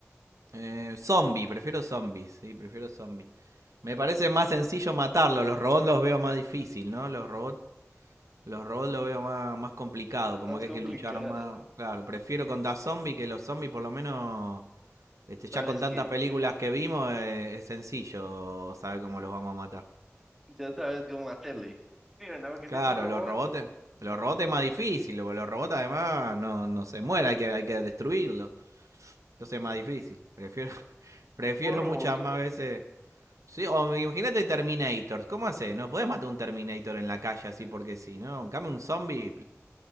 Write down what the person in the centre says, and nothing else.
Más
complicado.
Sabes
que
ya sabes cómo hacerle. Mira, nada más que
si es un robot,
por Robocop.